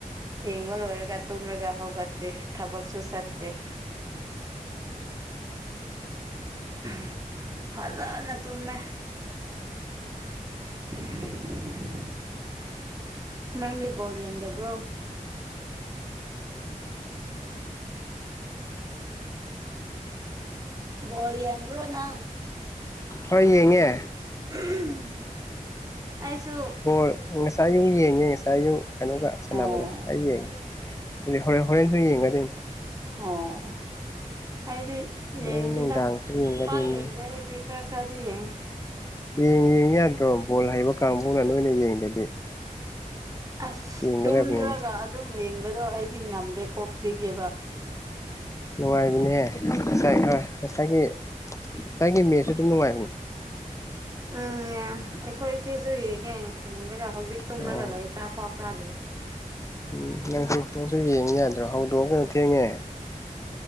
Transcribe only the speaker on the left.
ꯍꯣꯏ ꯌꯦꯡꯉꯦ
ꯕꯣꯜ ꯉꯁꯥꯏ ꯌꯨꯛ ꯌꯦꯡꯉꯦ ꯉꯁꯥꯏꯌꯨꯛ ꯀꯩꯅꯣꯒ ꯁꯥꯟꯅꯕꯗꯣ
ꯑꯩ ꯌꯦꯡꯉꯦ꯫ ꯍꯣꯔꯦ ꯍꯣꯔꯦꯟꯁꯨ ꯌꯦꯡꯒꯅꯤ꯫
ꯍꯣꯔꯦꯟ ꯅꯨꯡꯗꯥꯡꯁꯨ ꯌꯦꯡꯒꯗꯣꯏꯅꯤ
ꯌꯦꯡ ꯌꯦꯡ ꯌꯥꯗ꯭ꯔꯣ ꯕꯣꯜ ꯍꯩꯕ ꯀꯥꯡꯕꯨꯅ ꯅꯣꯏꯅ ꯌꯦꯡꯗꯗꯤ
ꯌꯦꯡꯒꯗꯕꯅꯤꯅꯦ
ꯅꯨꯡꯉꯥꯏꯕꯅꯤꯍꯦ ꯉꯁꯥꯏ ꯈꯔ ꯉꯁꯥꯏꯒꯤ ꯉꯥꯏꯒꯤ ꯃꯦꯁꯨ ꯑꯗꯨꯝ ꯅꯨꯡꯉꯥꯏꯕꯅꯦ
ꯑꯣ
ꯎꯝ ꯅꯪꯁꯨ ꯅꯪꯁꯨꯝ ꯌꯦꯡ ꯌꯥꯗ꯭ꯔꯣ ꯍꯧꯗꯣꯛꯑꯣ ꯀꯩꯅꯣ ꯊꯦꯡꯉꯦ꯫